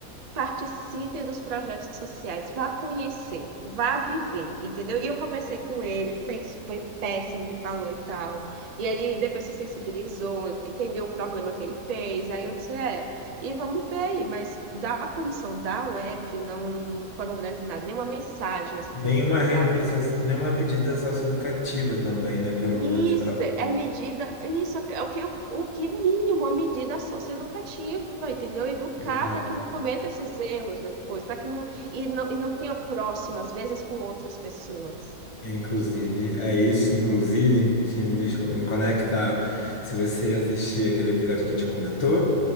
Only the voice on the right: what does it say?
Participe dos projetos sociais, vá conhecer, vá viver, entendeu? E eu conversei com ele, falei que isso foi péssimo que falou e tal. E ele depois se sensibilizou, entendeu o problema que ele fez. Aí eu disse, é, e vamos ver aí, mas da punição da UF não, não foram grandes nada, nenhuma mensagem assim,
sabe?
Isso
é medida, isso é o que, eu- o que mínimo, a medida socioeducativa, entendeu? Educar
para que não cometa esses erros depois, para que não e, não e não tenha próximas, às vezes, com outras pessoas.